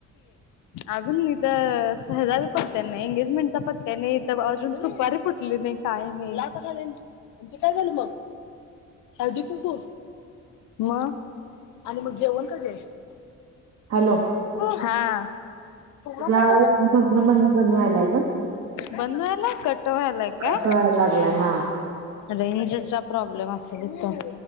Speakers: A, on the left (about 80°); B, on the right (about 55°).
A: अजूनथ सहजावी पत्त्यां नाही एंगेजमेंटचा पत्या नाहीज दुपारी फुटली नाही काय नाही ते काय झालं मग हळदी कुकू मग आणि मग जेवण कध
B: हॅलो
A: हा केवढा
B: तुझा
A: मोठा
B: आवाज मधन म्हणनं बंद व्हायलाय ग
A: बंदवाला कटवायलाय
B: कट
A: का
B: व्हायला लागलाय हा
A: रेंजचा प्रॉब्लेम असेल त